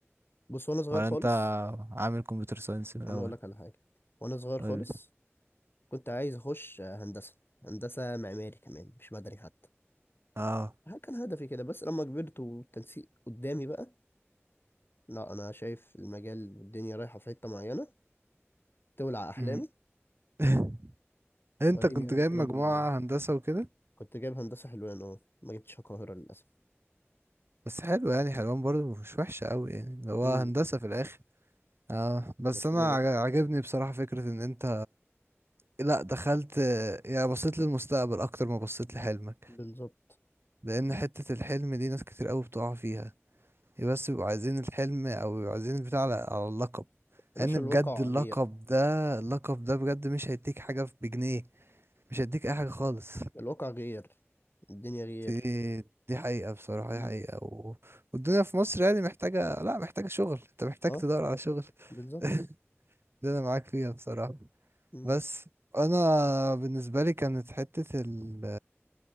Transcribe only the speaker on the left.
بص وانا صغير
خالص
انا اقول لك على حاجه وانا صغير
خالص كنت عايز اخش هندسه هندسه معماري كمان مش مدني حتى
ها كان هدفي كده بس لما كبرت والتنسيق قدامي بقى لا انا شايف المجال والدنيا رايحه في حته معينه تولع احلامي
وريني
يا ابني
الكلام
ده بيقول ايه
كنت جايب هندسه حلوان اه ما جبتش القاهره للاسف
امم
بس
انا ما-
بالظبط
يا
باشا
الواقع
غير
الواقع غير الدنيا غير
امم
اه
بالظبط
امم